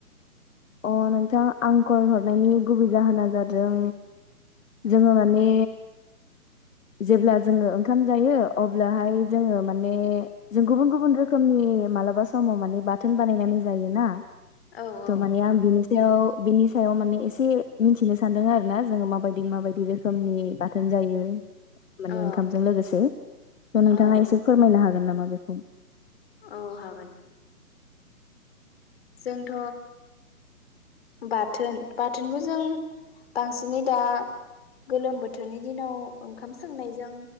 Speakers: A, on the left (about 60°); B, on the left (about 40°).
A: अ नोंथां आं खल हरनायनि गुबै जाहोना जादों जोङो माने जेब्ला जोङो ओंखाम जायो अब्लाहाय जोङो माने जों गुबुन गुबुन रोखोमनि मालाबा समाव माने बाथोन बानायनानै जायोना
B: औ
A: त
B: औ
A: माने आ बिनिसायाव बेनि सायाव माने एसे मिथिनो सानदों आरो ना जोङो माबायदि दि माबायदि रोखोम रोखोमनि बाथोन जायो माने
B: औ
A: ओंखामजों लोगोसे थ' नोंथाङा
B: औ
A: एसे
B: औ
A: फोरमायनो हागोन नामा रोखोम
B: औ हागोन जोंथ' बाथोन बाथोनखौ जों बांसिनै दा गोलोम बोथोरनि दिनाव ओंखाम सोमनायजों